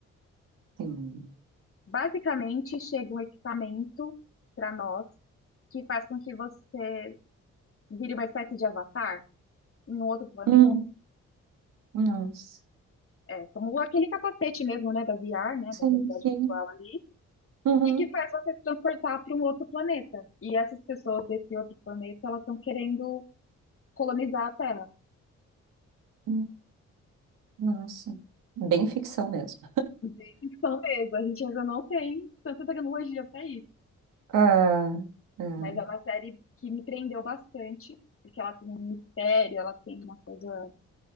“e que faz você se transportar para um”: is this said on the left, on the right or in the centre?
Left